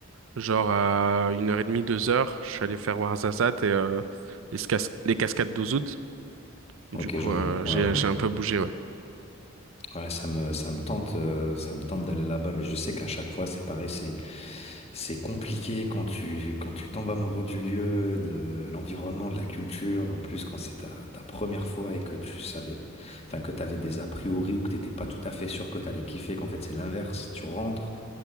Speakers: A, on the right; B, on the left.
A: Genre à une heure et demie, deux heures, je suis allé faire Ouarzazate et euh, les, scas- les cascades d'Ouzoud. Du
B: Ok,
A: coup,
B: je vois.
A: euh,
B: Ouais,
A: j'ai
B: ouais,
A: j'ai
B: ouais.
A: un peu bougé, ouais.
B: Ouais, ça me, ça me tente, euh, ça me tente d'aller là-bas, mais je sais qu'à chaque fois, c'est pareil, c'est, c'est compliqué quand tu, quand tu tombes amoureux du lieu, de l'environnement, de la culture. En plus, quand c'est ta, ta première fois et que tu savais, enfin, que t'avais des a priori ou que t'étais pas tout à fait sûr que t'allais kiffer, qu'en fait, c'est l'inverse. Tu rentres.